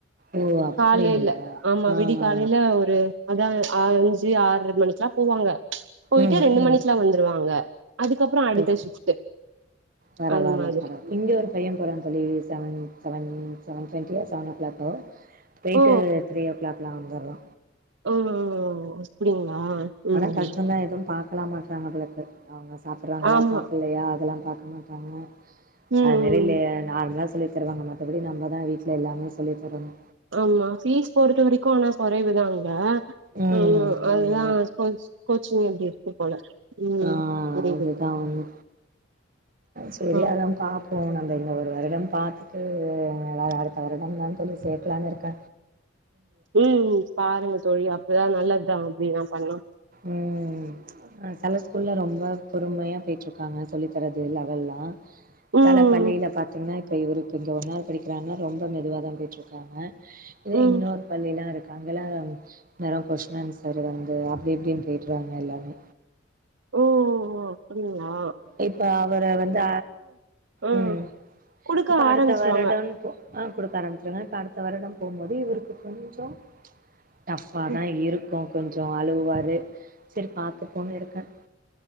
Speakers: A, on the right; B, on the right.
A: ஓ அப்டிங்களா
B: காலைல ஆமா
A: ஆ ஆ
B: விடி கா ஒரு அதா அஞ்சி ஆறர மணிக்கெல்லா போவாங்க போய்ட்டு
A: ம்
B: ரெண்டு
A: ம்
B: மணிக்குலா வந்துருவாங்க அதுக்கப் பறோ அடுத்த
A: ஓ
B: ஷிஃப்ட்
A: பரவால்ல
B: அது மாதிரி
A: பரவால்ல இங்க ஒரு பைய போறா தோழி seven seven seven twenty years ஆன கிளாக்கு பேய்ட்டு
B: ஓ
A: த்ரீயோ கிளாக்லா வந்துர்லா
B: ஓ ஓஒ அப்டிங்களா ம்
A: அனா கஷ்டொந்தா
B: ம்
A: எதுவும் பாக்கலா மாட்றாங்கபோலர்க்கு அவங்க சாப்புட்றாங்ளா
B: ஆமா
A: சாப்புல்லயா அதல்லா பாக்க மாட் அமு
B: ம்
A: அது
B: ம்
A: வெளில
B: ம்.
A: நா அப்புடிதா சொல்லிர்க் தருவாங்க மத்தபடி நம்ப தா வீட்ல எல்லாமே சொல்லிட்ருக்கனு
B: ஆம்மா ஃபீஸ் பொறுத்த வரைக்கு ஆனா கொறைவுதா அங்க
A: ம்.
B: ம்மா அதுதா
A: ஆமா.
B: கோச் கோச்சிங் எப்டிர் ஸ்க்கூல் போல ம்
A: அ
B: புரியுது
A: அதுதா ஒண்ணு செரி
B: ஆ
A: அதா பாப் பு நம்ப இன்ன ஒரு வருடம் பாத்துட்டு அ வா வா அடுத்த வருடம் தா தோழி சேக்கலான்னு இருக்க
B: உம் பாருங்க தோழி அப்பதா நல்லத்தா அப்டிதா பண்ல்லா
A: ம் அ செல ஸ்கூல்லா ரொம்ப பொறுமையா பொய்ட்டுருக்காங்க சொல்லி தரது லெவல்லா
B: ம்
A: செல பள்ளில பாத்தீங்க்ன்னா இப்ப இவருக்கு இங்க ஒன்னாள் படிக்கிறாங்கன்னா ரொம்ப மெதுவாதா போய்ட்ருக்காங்க இதே
B: ம்
A: இன்னோரு பள்ளில்லா இருக்காங் அங்கல்லா நேரா கொஷ்ண்ஆன்சரு வந்து அப் டிப் டின் பெய்ட்ராங்க எல்லாமே
B: ஓ அப்டிங்ளா
A: இப்ப அவர வந்த
B: ஆ
A: ம்
B: குடுக்க
A: இப்ப அடுத்த
B: ஆரம்பிச்சிருவாங்க
A: வருடம் போ அ குடுக்க ஆரம்பிச்சிருவ இப்ப அடுத்த வருடம் போகுமோது இவுருக்கு கொஞ்சொ டஃப்பாக
B: ம்
A: தா இருக்கூ கொஞ்சொ அழுவாரு செரி பாத்துப்போன்னு இருக்க